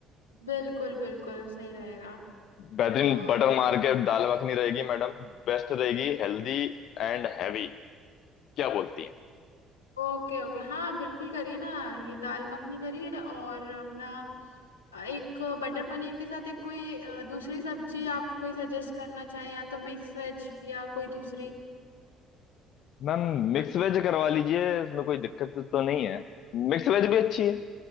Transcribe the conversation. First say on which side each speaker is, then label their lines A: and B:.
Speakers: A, on the left; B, on the left.
A: बिल्कुल बिल्कुल सही रहेगा
B: बेहतरीन
A: और
B: बटर
A: अ,
B: मार के दाल मखनी रहेगी मैडम बेस्ट रहेगी हेल्दी एंड हैवी क्या बोलती हैं
A: ओके ओके हाँ बिल्कुल करिए ना ये दाल मखनी करिए और अपना अ, एक बटर पनीर के साथ एक कोई अ, दूसरी सब्जी आप कोई सजेस्ट करना चाहें या तो मिक्स वेज या कोई दूसरी
B: मैम मिक्स वेज करवा लीजिए इसमें कोई दिक्कत तो नहीं है मिक्स वेज भी अच्छी है